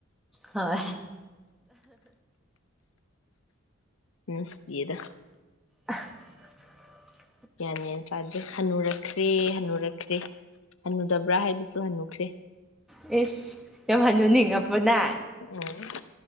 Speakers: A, in the centre; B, on the left.
A: ꯍꯣꯏ
B: ꯅꯁꯤ ꯌꯦꯗ
A: <inaudible>
B: ꯅꯤꯗ ꯍꯟꯅꯨꯔꯛꯈ꯭ꯔꯦ ꯍꯟꯅꯨꯔꯛꯈ꯭ꯔꯦ ꯍꯟꯅꯨꯗꯕ꯭ꯔꯥ ꯍꯥꯏꯕꯁꯨ ꯍꯟꯅꯨꯈ꯭ꯔꯦ
A: ꯑꯦꯁ ꯌꯥꯝ ꯍꯟꯅꯨꯅꯤꯡꯉꯄꯅꯦ
B: ꯎꯝ